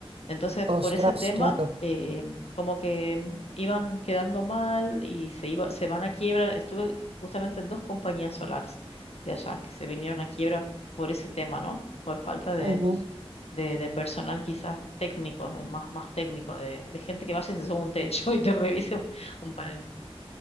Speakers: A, on the left; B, on the right.
A: Entonces, por
B: Ostras,
A: ese tema,
B: claro.
A: eh, como que iban quedando mal y se iba, se van a quiebra. Estuve justamente en dos compañías solares de allá que se vinieron a quiebra por ese tema, ¿no? Por falta de,
B: Ujú,
A: de, de personal quizás técnico, de más, más técnico, de, de gente que vaya y se suba a un techo <laughs> y te revise un, un panel.